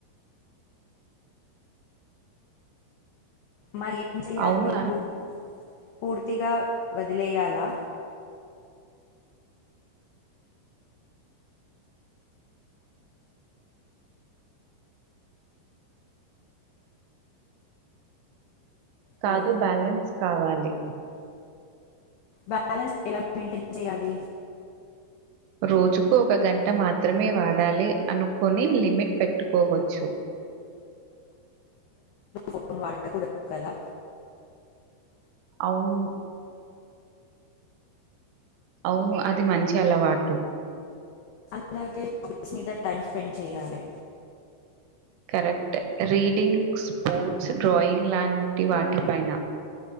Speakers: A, on the left (about 85°); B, on the right (about 80°).
A: మల్లి తగించేయాలే
B: అవును
A: పోల్ పూర్తిగా వదిలేయాలా
B: కాదు
A: హలో
B: బ్యాలెన్స్ కావాలి
A: బ్యాలన్స్ ఎలా మెయింటైన్ చేయాలి
B: రోజుకు ఒక గంట మాత్రమే వాడ్ పడాలి అనుకని లిమిట్ పెట్టుకోవచ్చు
A: ముందున్ వాడకూడదు కదా
B: అవును అవును అది మంచి అలవాటు
A: అలాగే హబీస్ మీద టైం స్పెండ్ చేయాలి
B: కరెక్ట్ రీడింగ్ స్పోర్ట్స్ డ్రాయింగ్ లాంటి వాటిపైన